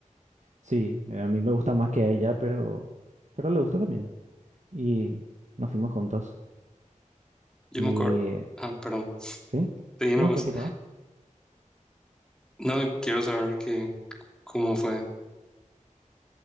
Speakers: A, on the right; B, in the centre.
A: Sí, eh, a mí me gusta más que a ella, pero, pero le gusta también. Y nos fuimos juntos.
B: Yo
A: Y
B: me acuerdo. Ah, perdón.
A: sí,
B: Te di nomás.
A: no, continúa.
B: No quiero saber que, cómo fue.